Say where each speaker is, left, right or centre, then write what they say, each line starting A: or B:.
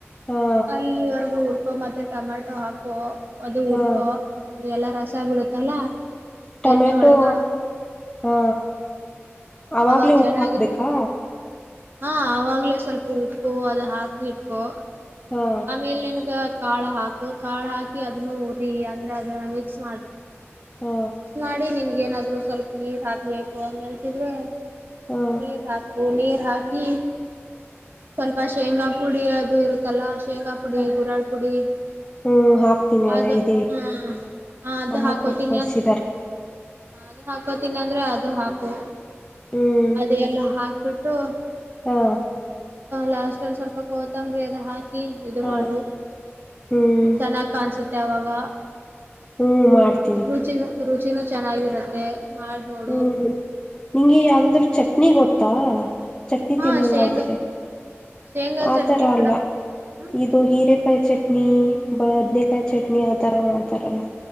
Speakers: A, on the left; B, on the right.
A: ಹಾ
B: ಅಲ್ಲಿವರ್ಗೂ ಹುರ್ಕೊ ಮತ್ತೆ ಟೊಮಾಟೊ ಹಾಕೋ ಅದು ಹುರ್ಕೊ
A: ಹಾ
B: ಅದು ಎಲ್ಲ ರಸ ಬಿಡುತ್ತಲ್ಲ
A: ಟೊಮೆಟೊ
B: ಎಣ್ಣೆ ಒಳಗ
A: ಹಾ ಅವಾಗ್ಲೇ
B: ಅವಾಗ ಚೆನ್ನಾಗಿರು
A: ಉಪ್ಪು ಹಾಕ್ಬೇಕಾ
B: ಹಾ ಅವಾಗ್ಲೇ ಸ್ವಲ್ಪ ಉಪ್ಪು ಅದ ಹಾಕ ಇಟ್ಕೊ
A: ಹಾ
B: ಆಮೇಲೆ ನನ್ಗ ಕಾಳು ಹಾಕು ಕಾಳು ಹಾಕಿ ಅದನ್ನು ಉರಿ ಅಂದ್ರೆ ಅದ ಮಾಡ ಮಿಕ್ಸ್
A: ಹಾ
B: ಮಾಡಿ ನಿನ್ಗ ನ ಸ್ವಲ್ಪ ನೀರ್ ಹಾಕ್ಬೇಕು ಹಂಗಲ್ಸಿದ್ರೆ
A: ಹಾ
B: ನೀರ್ ಹಾಕು ನೀರ್ ಹಾಕಿ ಸ್ವಲ್ಪ ಶೇಂಗಾ ಪುಡಿ ಅದು ಇರುತ್ತಲ್ಲ. ಶೇಂಗಾ ಪುಡಿ
A: ಹಾ
B: ಹುರಾಳ್ ಪುಡಿ.
A: ಹ್ಮ್ ಹಾಕ್ತೀನಿ ಅದ
B: ಅದು
A: ಇದೇ ಇದೆ
B: ಹಾ ಅದು
A: ಅಮ್ಮ
B: ಹಾಕೋತನಿ
A: ಕೊಟ್ಟು ಕಳ್ಸಿದ್ದಾರೆ
B: ಅಂದ್ ಅದು ಹಾಕೋತನಿ ಅಂದ್ರೆ ಅದು ಹಾಕು
A: ಹ್ಮ್
B: ಅದು ಎಲ್ಲ ಹಾಕ್ಬಿಟ್ಟು.
A: ಹಾ
B: ಲಾಸ್ಟ್ ಅಲ್ಲಿ ಸ್ವಲ್ಪ ಕೋತಂಬರಿ ಅದ ಹಾಕಿ. <unintelligible> ಇದು
A: ಹಾ
B: ಮಾಡು
A: ಹ್ಮ್
B: ಚೆನ್ನಾಗ್ ಕಾಣಸುತ್ತೆ ಅವಾಗ.
A: ಹ್ಮ್ ಮಾಡ್ತೀನಿ.
B: ರುಚಿನೂ ರುಚಿನೂ ಚೆನ್ನಾಗಿರುತ್ತೆ. ಮಾಡ್ ನೋಡು
A: ಹ್ಮ್ ನಿಂಗೆ ಯಾವ್ದಾದ್ರು ಚಟ್ನಿ ಗೊತ್ತಾ. ಚಟ್ನಿ
B: ಹಾ
A: ತಿನ್ನಂಗಾಗಿದೆ
B: ಶೇಂಗಾ ಶೇಂಗಾ
A: ಆ
B: ಚಟ್ನಿ
A: ತರ
B: ಮಾಡಕ್
A: ಅಲ್ಲ
B: ಹ
A: ಇದು ಹೀರೆಕಾಯಿ ಚಟ್ ಹ್ಮ ಬದನೇಕಾಯಿ ಚಟ್ನಿ ಆ ಥರ ಮಾಡ್ತಾರಲ್ಲ.